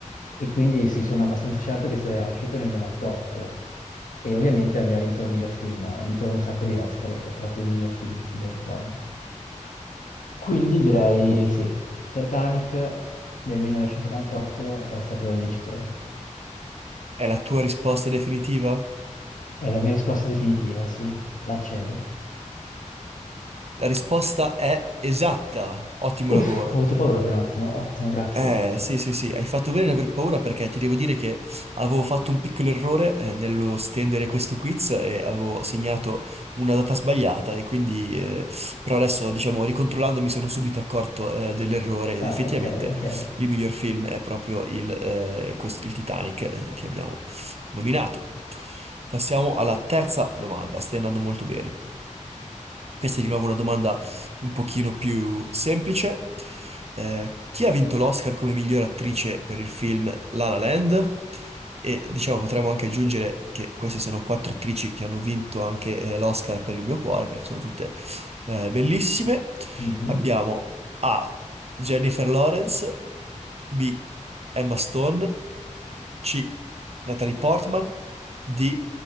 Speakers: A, on the left (about 85°); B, on the right (about 55°).
A: E quindi sì, sono abbastanza certo che sia uscito nel 98. E ovviamente abbiamo vinto il miglior film, ha vinto un sacco di Oscar, tra cui il miglior film, se ben ricordo. Quindi direi sì, Titanic nel 1998 è stato il vincitore.
B: È la tua risposta definitiva?
A: È la mia risposta definitiva, sì, l'accendo.
B: La risposta è esatta. Ottimo
A: Uff,
B: lavoro.
A: ho avuto paura per un attimo. Ottimo, grazie,
B: Eh,
A: grazie.
B: sì, sì, sì, hai fatto bene ad aver paura perché ti devo dire che avevo fatto un piccolo errore eh, nello stendere questo quiz e avevo segnato una data sbagliata e quindi, eh, però adesso, diciamo, ricontrollando mi sono subito accorto eh, dell'errore ed
A: Ah,
B: effettivamente
A: ok, ok.
B: il miglior film è proprio il, eh, quest- il Titanic eh, che abbiamo nominato. Passiamo alla terza domanda, stai andando molto bene. Questa è di nuovo una domanda un pochino più semplice. Eh, chi ha vinto l'Oscar come miglior attrice per il film La La Land? E diciamo, potremmo anche aggiungere che queste sono quattro attrici che hanno vinto anche eh, l'Oscar per il mio cuore, perché sono tutte eh, bellissime.
A: Mhm.
B: Abbiamo A. Jennifer Lawrence, B. Emma Stone, C. Natalie Portman, D.